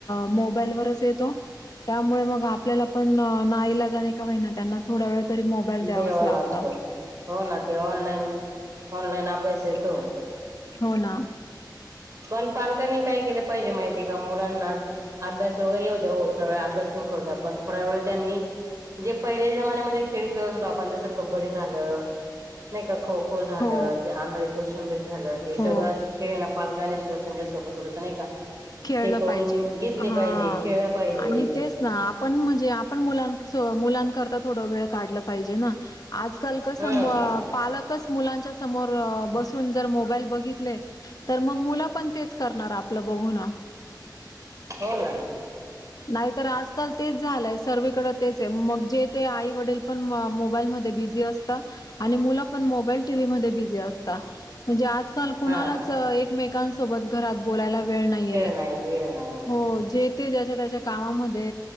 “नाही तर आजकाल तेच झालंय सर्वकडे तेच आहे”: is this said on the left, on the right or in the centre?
Left